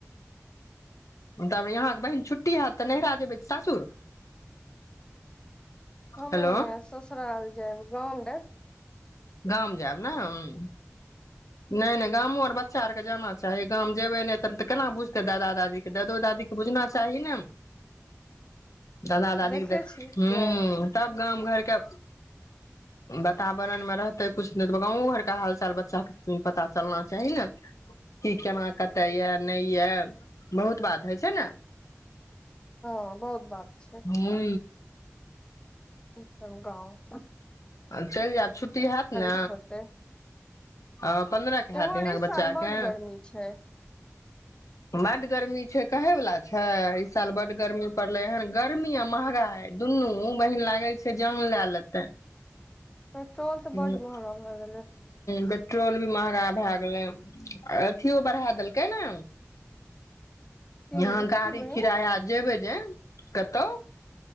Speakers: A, on the left; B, on the left.
A: तऽ अहाँक बहिन छुट्टी हैत तऽ नहिरा जेब सासुर
B: हमे
A: हेलो
B: ससुराल जेब गौंड
A: गाम जायब ने नहि नहि गामो आर बच्चा आरके जाना चाही गाम जेयबै नहि तब तऽ केना बुझतै दादा दादीके दादो दादीकेँ बुझना चाही ने दादा दादीे
B: देखे
A: देख
B: छी
A: ह
B: जायब
A: तब गाम घरके बातावरण मे रहत त कुछु नहि तऽ गाँवो घरके हाल चाल बच्चा पता चलना चाही ने कि केना कते ये नहि ये बहुत बात होइ छै ने
B: हँ बहुत बात छै
A: हूं
B: तब गाउँ
A: आ चलि जायब छुट्टी हैत ने
B: के होते
A: आ पन्द्रह के
B: एम्हर
A: हैत अहाँके
B: इस साल
A: बच्चाके
B: बड गर्मी छै
A: बड्ड गर्मी छै कहे वाला छै ई साल बड्ड गर्मी पड़ले हन गर्मी आ महगाई दुनू बहिन लागलै छै जान लए लेतै तँ
B: पेट्रोल तऽ बड
A: हू
B: महंगा भए गेलै
A: पेट्रोल भी महँगा भए गेलै अथियो बढ़ा देलकै ने
B: की
A: यहाँ गाड़ी
B: की बहिन
A: किराया जेबे जे कतौ